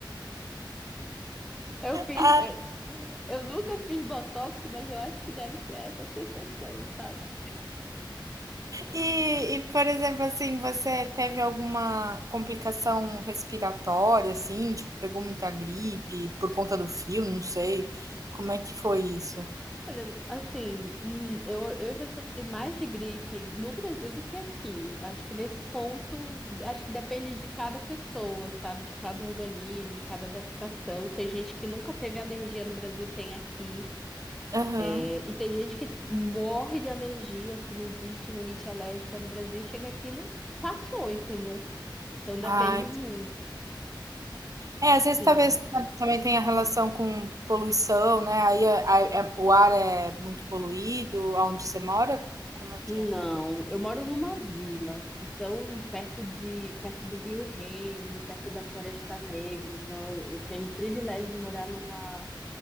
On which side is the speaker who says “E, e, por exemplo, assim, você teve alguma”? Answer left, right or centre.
Right